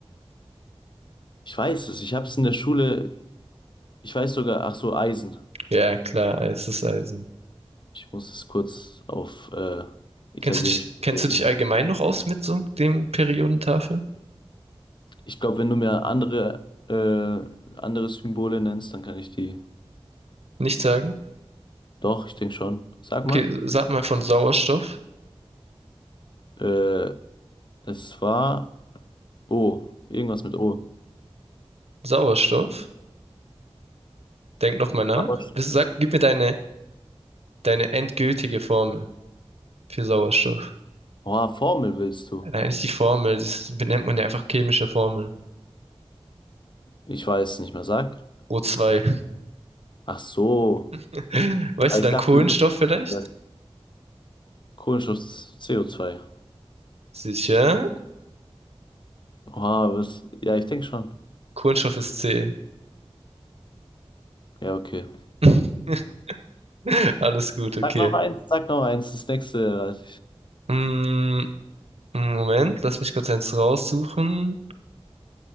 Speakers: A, on the left (about 50°); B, on the right (about 75°).
A: Ich weiß es, ich habe es in der Schule, ich weiß sogar, ach so, Eisen.
B: Ja, klar, es ist Eisen.
A: Ich muss es kurz auf äh, Italienisch
B: Kennst du dich,
A: überlegen.
B: kennst du dich allgemein noch aus mit so dem Periodentafel?
A: Ich glaube, wenn du mir andere, äh, andere Symbole nennst, dann kann ich die.
B: Nicht sagen?
A: Doch, ich denke schon. Sag
B: Okay,
A: mal.
B: sag mal von Sauerstoff.
A: Äh, es war O, irgendwas mit O.
B: Sauerstoff. Denk noch mal nach.
A: Aber sch-
B: Was- Sag, gib mir deine, deine endgültige Formel für Sauerstoff.
A: Oh, Formel willst du?
B: Nein, nicht die Formel, das benennt man ja einfach chemische Formel.
A: Ich weiß nicht mehr, sag.
B: o zwei.
A: Ach so.
B: <laughs> Weißt
A: Aber
B: du
A: ich
B: dann
A: dachte,
B: Kohlenstoff
A: das
B: vielleicht?
A: ja. Kohlenstoff, CO2.
B: Sicher.
A: Oh, was? Ja, ich denke schon.
B: Kohlenstoff ist C.
A: Ja, okay.
B: <laughs> Alles gut, okay.
A: Sag noch eins, sag noch eins, das nächste.
B: Mm, Moment, lass mich kurz eins raussuchen.